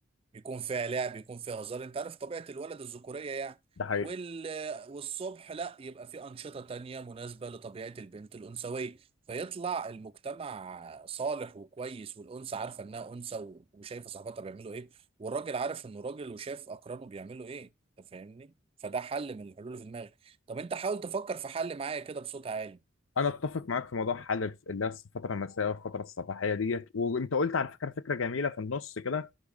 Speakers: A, on the right; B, on the left.
A: بيكون فيها لعب بيكون فيها هزار انت عارف طبيعة الولد الذكورية يعني
B: ده حقيقة
A: وال... والصبح لا يبقى في أنشطة تانية مناسبة لطبيعة البنت الأنثوية فيطلع المجتمع صالح وكويس والأنثى عارفة إنها أنثى و... وشايفة صاحبتها بيعملوا إيه والراجل عارف إنه راجل وشايف أقرانه بيعملوا إيه أنت فاهمني؟ فده حل من الحلول اللي في دماغي طب أنت حاول تفكر في حل معايا كده بصوت عالي
B: أنا أتفق معاك في موضوع حل الف- اللي هي الفترة المسائية والفترة الصباحية ديت وأنت قلت على فكرة فكرة جميلة في النص كده